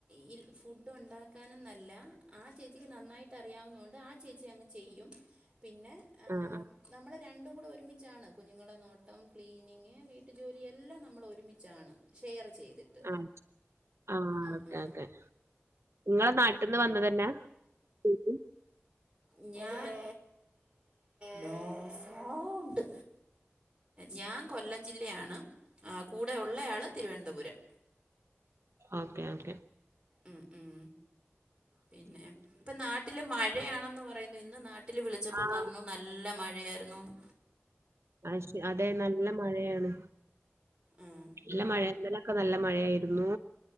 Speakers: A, on the right; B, on the right.
A: ഈ ഫുഡ് ഉണ്ടാക്കാനെന്നല്ല ആ ചേച്ചിക്ക് നന്നായിട്ട് അറിയാവുന്ന കൊണ്ട് ആ ചേച്ചി അങ്ങ് ചെയ്യും പിന്നെ
B: ആഹ് ആഹ്
A: നമ്മള് രണ്ടും കൂടെ ഒരുമിച്ചാണ് കുഞ്ഞുങ്ങളെ നോട്ടം ക്ലീനിങ് വീട്ടു ജോലി എല്ലാം നമ്മള് ഒരുമിച്ചാണ് ഷെയർ ചെയ്തിട്ട്
B: ആഹ് ആഹ്
A: ആ
B: ഓക്കെ ഓക്കെ നിങ്ങള് നാട്ടിന്ന് വന്നതന്നാ ശരിക്കും
A: ഞ് ഞാൻ നോ സൗണ്ട് ഞാൻ കൊല്ലം ജില്ലയാണ് കൂടെ ഉള്ളയാള് തിരുവനന്തപുരം
B: ഓക്കെ ഓക്കെ
A: ഉം ഉം പിന്നെ ഇപ്പം നാട്ടില് മഴയാണെന്ന് പറയുന്നു ഇന്ന് നാട്ടില് വിളിച്ചപ്പോ
B: ആഹ്
A: പറഞ്ഞു നല്ല ല്ല മഴയായിരുന്നൂന്ന്
B: അയ്‌ശു അതെ നല്ല മഴയാണ്
A: ഉം
B: നല്ല മഴയാ ഇന്നലെയൊക്കെ നല്ല മഴയായിരുന്നു